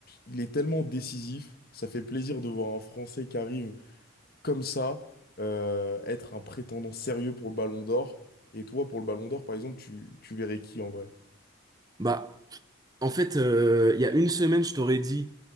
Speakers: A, on the left; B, on the right.
A: il est tellement décisif. Ça fait plaisir de voir un Français qui arrive comme ça, euh, être un prétendant sérieux pour le Ballon d'Or. Et toi, pour le Ballon d'Or, par exemple, tu, tu verrais qui en vrai?
B: Bah En fait, euh, il y a une semaine, je t'aurais dit